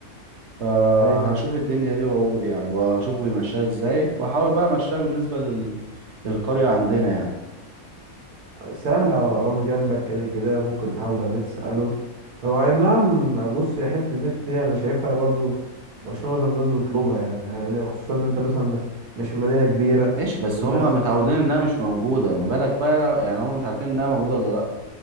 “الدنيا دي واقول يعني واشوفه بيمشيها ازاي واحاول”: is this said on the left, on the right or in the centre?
Right